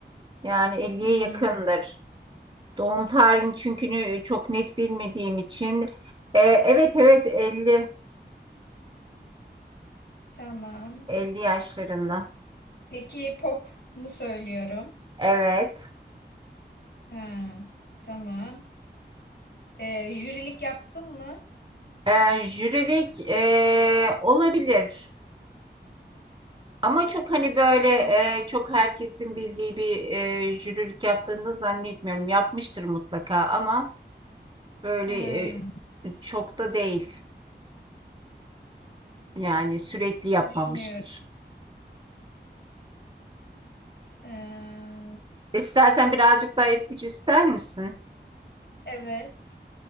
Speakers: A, on the right (about 25°); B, on the left (about 65°).
A: Yani elliye
B: Hmm,
A: yakındır. Doğum tarihini çünkü çok net bilmediğim için. Ee, evet evet 50,
B: tamam.
A: 50 yaşlarında.
B: Peki pop mu söylüyorum?
A: Evet.
B: Ha, tamam. E, jürilik yaptın mı?
A: Ee, jürilik ee, olabilir. Ama çok hani böyle
B: Allah.
A: ee, çok herkesin bildiği bir ee, jürilik yaptığını da zannetmiyorum. Yapmıştır mutlaka ama böyle
B: Ha,
A: ee, çok da değil. Yani sürekli yapmamıştır.
B: düşünüyorum. Ee,
A: İstersen birazcık daha ipucu ister misin?
B: evet.